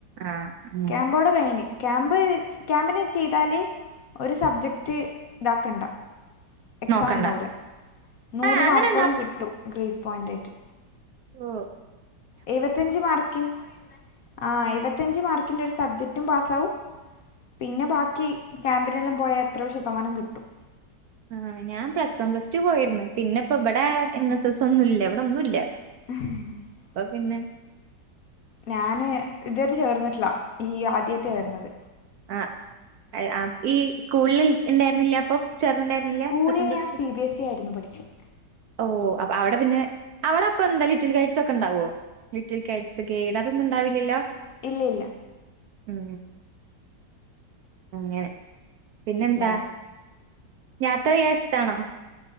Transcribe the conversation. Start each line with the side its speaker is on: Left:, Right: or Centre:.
Right: ആഹ് അങ്ങനെ
Left: ക്യാമ്പോടെ കൈഞ്ഞ് ക്യാമ്പ് ക്യാമ്പിന് ചെയ്താല് ഒരു സബ്ജക്ട് ഇതാക്കണ്ട എക്സാം
Right: നോക്കണ്ട
Left: ഇണ്ടാവൂല്ല നൂറു
Right: ആഹ് അങ്ങനെ
Left: മാർക്കോളം കിട്ടും ഗ്രേസ് പോയിന്റായിട്ട്
Right: ഓആഉ
Left: എഴുവത്തഞ്ച് മാർക്കിനു <unintelligible> ആ എഴുപത്തഞ്ച് മാർക്കിന്റെ ഒരു സബ്ജക്ട് ക്റ്റും പാസ്സാവും പിന്നെ ബാക്കി ക്യാമ്പിനെല്ലാം പോയാ എത്രയോ ശതമാനം കിട്ടും
Right: ആഹ് ഞാൻ പ്ലസ് വൺ പ്ലസ് ടു പോയിരുന്നു. പിന്നെ ഇപ്പ ഇബടെ എൻ എസ് എസ് ഒന്നൂല്ല ഇവിടെ ഒന്നുംല്ല
Left: <unintelligible>
Right: പിന്നെ
Left: ഞാന് ഇതുവരെ ചേർന്നിട്ടില്ല ഈ ആദ്യായിട്ട ചേരുന്നത്
Right: ആആഹഈ സ്കൂളിൽ ഇണ്ടായിരുന്നില്ല അപ്പൊ ചേർന്നുണ്ടായിരുന്നില്ല
Left: സ്കൂളിൽ
Right: പ്ലസ് വൺ പ്ലസ്
Left: ഞാൻ
Right: two
Left: C B S E ആയിരുന്നു പഠിച്ചത്
Right: ഓ അ അവിടെ പിന്നെ അവിടെ അപ്പൊ എന്താ ലിറ്റിൽ കൈച്ചോ ഒക്കെ ഇണ്ടാവോ ലിറ്റിൽ കൈറ്റ്സ് ഗൈഡ് അതൊന്നും ഉണ്ടാവില്ലല്ലോ
Left: ഇല്ലി ഇല്ല
Right: ഉം അങ്ങനെ പിന്നെന്താ.
Left: യാ
Right: യാത്ര ചെയ്യാ ഇഷ്ട്ടാണോ